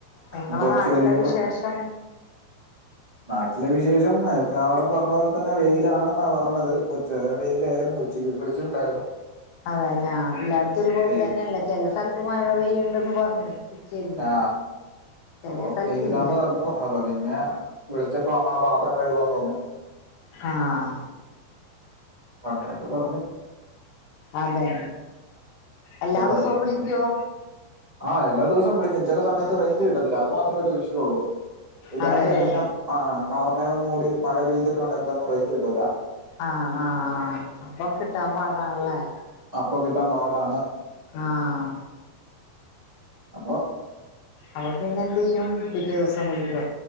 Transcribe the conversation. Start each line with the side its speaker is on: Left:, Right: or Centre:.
Left: നിങ്ങളെ
Right: ഞ്ഞ് കൊറച്ച്
Left: നാട്ടിലെ
Right: കഴിയുബം
Left: വിശേഷം
Right: നാട്ടിലെ വിശേഷം അടെ പറഞ്ഞ പോലെ തന്നെ വെയിലാണെന്ന പറഞ്ഞത്, ഉച്ച വരെ വെയിലായിരുന്നു ഉച്ചക്ക് വിളിച്ചിട്ടുണ്ടായിര്ന്നു
Left: അതെല്ലേ ആ എല്ലാട്ത്തും ഒരുപോലെ
Right: വെയിൽ
Left: തന്നേള്ളത് ചെ സ്ഥലത്ത് മഴ പെയ്യ്ണ്ട് ന്ന് പറഞ്ഞ് ഉച്ചരിഞ്ഞ്
Right: ആ
Left: ചില
Right: അപ്പൊ
Left: സ്ഥലത്തില്ല
Right: വെയിലാന്ന് പർഞ്ഞു അപ്പൊ പിന്നെ വിളിച്ചപ് പ്പൊ അമ്മ പാത്രം കഴുകുവാന്ന് പറഞ്ഞു
Left: ആഹ്
Right: അങ്ങനൊക്കെ പറ്ഞ്ഞ്
Left: അതെ എല്ലാ ദിവസോം
Right: ആയിരുന്നു.
Left: വിളിക്കോ
Right: ആ എല്ലാ ദിവസോം വിളിക്കും ചെല സമയത്ത് റേഞ്ച് കിട്ടത്തില്ല അത് മാത്രേ ഒരു ഇഷ്യു ഒള്ളു ഇ
Left: അതെല്ലേ
Right: രാത്രി ആയി കഴിഞ്ഞ ആ കാർമേഖം മൂ ടി മഴ പെയ്തിട്ടുണ്ടെങ്കിലൊന്നും റേഞ്ച് കിട്ടൂല
Left: ആ ആ അപ്പോ കിട്ടാൻ പാട് ആണ് ലെ
Right: ആപ്പോ കിട്ടാൻ പാട് ആണ്
Left: ആഹ്
Right: അപ്പൊ
Left: അപ്പൊ പിന്നെന്തെയ്യും പിറ്റേ ദിവസം വിളിക്കോ